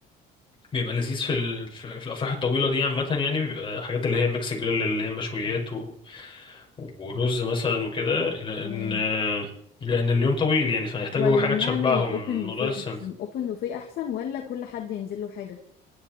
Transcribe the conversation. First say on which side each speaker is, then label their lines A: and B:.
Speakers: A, on the left (about 30°); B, on the left (about 65°).
A: بيبقى لذيذ في ال... في في الافراح الطويله دي عامه يعني بيبقى حاجات اللي هي ميكس جريل اللي هي مشويات و... ورز مثلا وكده لان
B: تمام
A: آه، لان اليوم طويل يعني فهيحتاجوا
B: ولا
A: حاجه
B: نعمل
A: تشبعهم
B: اوبن بوفيه
A: موضوع السن
B: احسن اوبن بوفيه احسن ولا كل حد ينزل له حاجه